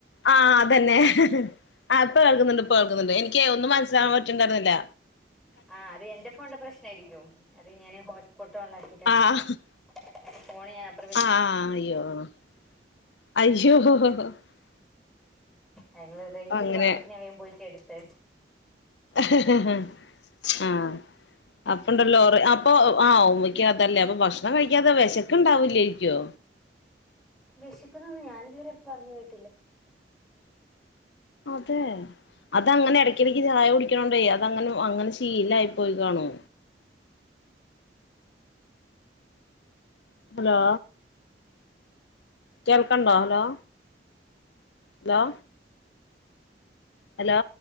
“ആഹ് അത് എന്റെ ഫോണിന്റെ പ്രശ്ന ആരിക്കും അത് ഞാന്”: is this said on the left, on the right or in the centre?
Centre